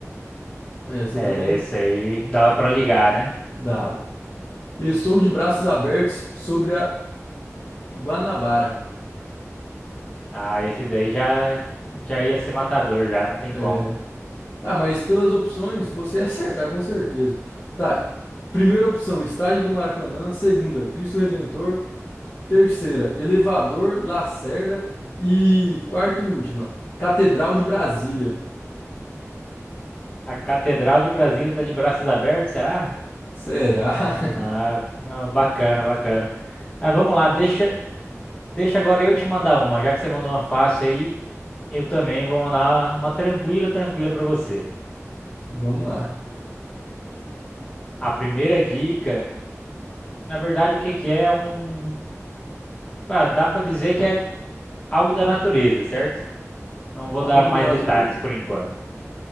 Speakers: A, on the left; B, on the left.
A: É, Essa
B: É,
A: também
B: esse aí dava pra ligar, né?
A: dava. Estou de braços abertos sobre a Guanabara.
B: Ah, esse daí já, já ia ser matador, já, não tem
A: É,
B: como.
A: tá, mas pelas opções você ia acertar, com certeza. Tá, primeira opção, Estádio do Maracanã. Segunda, Cristo Redentor. Terceira, Elevador, Lacerda. E quarta e última, Catedral de Brasília.
B: A Catedral de Brasília tá de braços abertos, será?
A: Será? <laughs>
B: Ah, ah, bacana, bacana. Ah, vamos lá, deixa, deixa agora eu te mandar uma. Já que você mandou uma fácil aí, eu também vou mandar uma tranquila, tranquila pra você.
A: Vamos lá.
B: A primeira dica, na verdade, o que que é é um... Ah, dá pra dizer que é algo da natureza, certo? Não vou
A: Algo
B: dar mais
A: da natureza.
B: detalhes por enquanto.